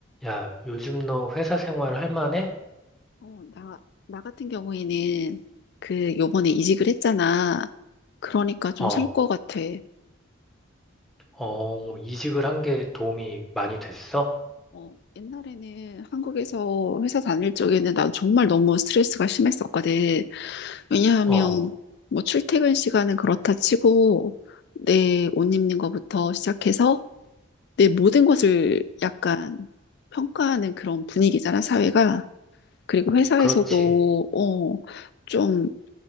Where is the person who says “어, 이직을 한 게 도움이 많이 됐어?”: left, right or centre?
Centre